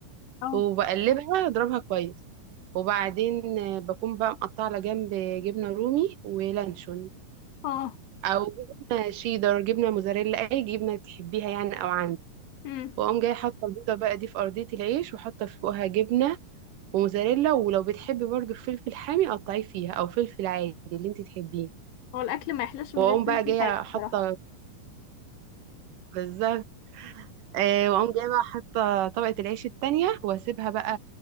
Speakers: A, on the left; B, on the right.
A: اه
B: وبقلبها اضربها كويس وبعدين آه، بكون بقى مقطعة على جنب جبنة رومي ولانشون
A: اه
B: او جبنة شيدر جبنة موزاريلا اي جبنة تحبيها يعني او عندك
A: امم
B: واقوم جاي حاطة البيضة بقى دي في أرضية العيش وحاطة فوقها جبنة وموزاريلا ولو بتحبي برضو فلفل حامي قطعيه فيها او فلفل عادي اللي انت تحبيه
A: هو الاكل ما يحلاش من
B: واقوم
A: غير فلفل
B: بقى جايه
A: حامي
B: حاطه
A: بصراحه
B: بالظبط آه واقوم جايه بقى حاطه طبقه العيش التانية واسيبها بقى